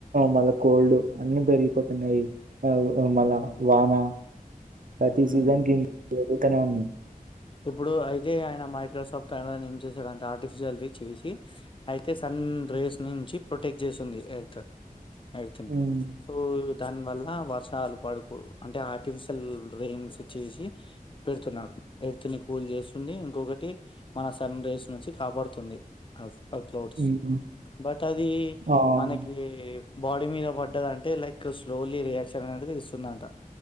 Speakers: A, on the right; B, on the left.
A: మళ్ళా గోల్డ్ అన్ని పెరిగిపోతున్నాయి ఆ మళ్ళ
B: హ్మ్.
A: వాన అతి
B: హ్మ్.
A: సీజన్ త్తన ఉంది
B: ఇప్పుడు అయితే ఆయన మైక్రోసాఫ్ట్ అయన ఏం చేసాడుంటే ఆర్టిఫిషియల్ది చేసి అయితే సన్ రేస్ నుంచి ప్రొటెక్ట్ చేసింది ఎర్త్ ఇతన
A: హ్మ్.
B: సో దాని వల్ల వర్షాలు పడుకు అంటే ఆర్టిఫిషియల్ రెయిన్స్ చేసి పెడుతున్నాడు ఎడుతుని పూలు చేస్తుంది ఇంకొకటి మన సన్ రేస్ నుంచి కాపాడుతుంది అ ఆ క్లౌడ్స్
A: హ్మ్. హ్మ్.
B: బట్ అది
A: అవును.
B: మనకి బాడీ మీద పడ్డదంటే లైక్ స్లోలీ రియాక్షన్ అనేది ఇస్తుందంట